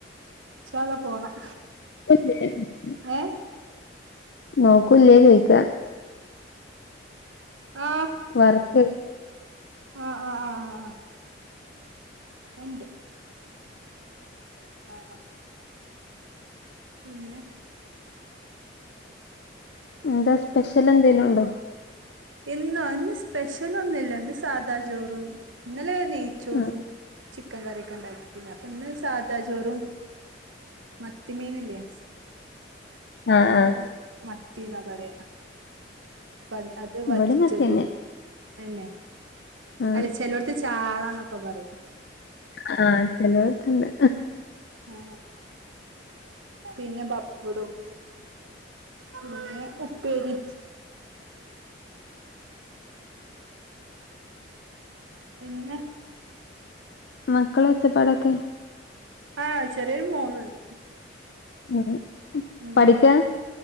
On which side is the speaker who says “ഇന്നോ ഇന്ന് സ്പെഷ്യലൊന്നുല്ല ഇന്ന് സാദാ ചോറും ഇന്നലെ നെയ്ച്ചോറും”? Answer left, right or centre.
Right